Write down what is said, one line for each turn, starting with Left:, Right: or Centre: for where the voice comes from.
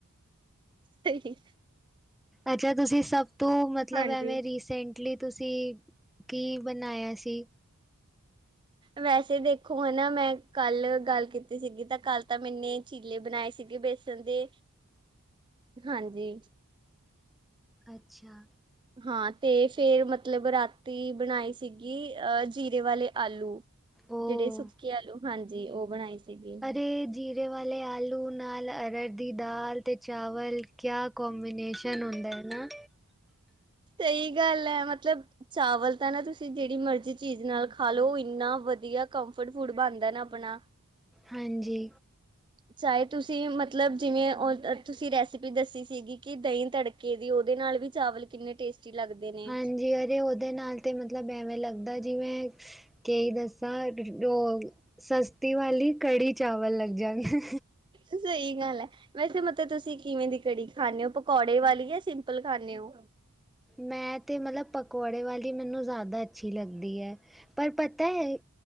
Right: ਸਹੀ।
Centre: ਅੱਛਾ ਤੁਸੀਂ ਸਭ ਤੋਂ ਮਤਲਬ
Right: ਹਾਂਜੀ
Centre: ਐਵੇਂ ਰੀਸੈਂਟਲੀ ਤੁਸੀਂ ਕੀ ਬਣਾਇਆ ਸੀ?
Right: ਵੈਸੇ ਦੇਖੋ ਹਨਾ ਮੈਂ ਕੱਲ ਗੱਲ ਕੀਤੀ ਸੀਗੀ ਤਾਂ ਕੱਲ ਤਾਂ ਮੈਨੇ ਚੀਲੇ ਬਣਾਏ ਸੀਗੇ ਬੇਸਣ ਦੇ ਹਾਂਜੀ।
Centre: ਅੱਛਾ।
Right: ਹਾਂ ਤੇ ਫੇਰ ਮਤਲਬ ਰਾਤੀ ਬਣਾਈ ਸੀਗੀ ਅਹ ਜੀਰੇ ਵਾਲੇ ਆਲੂ।
Centre: ਉਹ
Right: ਜਿਹੜੇ ਸੁੱਕੇ ਆਲੂ ਹਾਂਜੀ। ਜੀ ਉਹ ਬਣਾਈ। ਸੀਗੀ
Centre: ਅਰੇ ਜੀਰੇ ਵਾਲੇ ਆਲੂ ਨਾਲ ਅਰਹਰ ਦੀ ਦਾਲ ਤੇ ਚਾਵਲ ਕਿਆ ਕੰਬੀਨੇਸ਼ਨ ਹੁੰਦਾ ਹੈ ਨਾ।
Right: ਸਹੀ ਗੱਲ ਹੈ ਮਤਲਬ ਚਾਵਲ ਤਾਂ ਨਾ ਤੁਸੀਂ ਜਿਹੜੀ ਮਰਜ਼ੀ ਚੀਜ਼ ਨਾਲ ਖਾ ਲਓ ਇੰਨਾ ਵਧੀਆ ਕੰਫਰਟ ਫੁਡ ਬਣਦਾ ਨਾ ਆਪਣਾ
Centre: ਹਾਂਜੀ,
Right: ਚਾਹੇ ਤੁਸੀਂ ਮਤਲਬ ਜਿਵੇਂ ਉਹ ਤੁਸੀਂ ਰੈਸਿਪੀ ਦੱਸੀ ਸੀਗੀ ਕਿ ਦਹੀਂ ਤੱੜਕੇ ਦੀ ਉਹਦੇ ਨਾਲ ਵੀ ਚਾਵਲ ਕਿੰਨੇ ਟੇਸਟੀ ਲੱਗਦੇ ਨੇ
Centre: ਹਾਂਜੀ ਅਰੇ ਉਹਦੇ ਨਾਲ ਤੇ ਮਤਲਬ ਐਵੇਂ ਲੱਗਦਾ ਜਿਵੇਂ ਕਈ ਦੱਸ ਸਤ ਉਹ ਸਸਤੀ ਵਾਲੀ ਕੜੀ ਚਾਵਲ ਲੱਗ ਜਾਗੇ
Right: ਸਹੀ ਗੱਲ ਹੈ ਵੈਸੇ ਮਤਲਬ ਤੁਸੀਂ ਕਿਵੇਂ ਦੀ ਕੜੀ ਖਾਂਦੇ ਹੋ ਪਕੌੜੇ ਵਾਲੀ ਜਾਂ ਸਿੰਪਲ ਖਾਂਦੇ ਹੋ
Centre: ਮੈਂ ਤੇ ਮਤਲਬ ਪਕੌੜੇ ਵਾਲੀ ਮੈਨੂੰ ਜ਼ਿਆਦਾ ਅੱਛੀ ਲੱਗਦੀ ਹੈ ਪਰ ਪਤਾ ਹੈ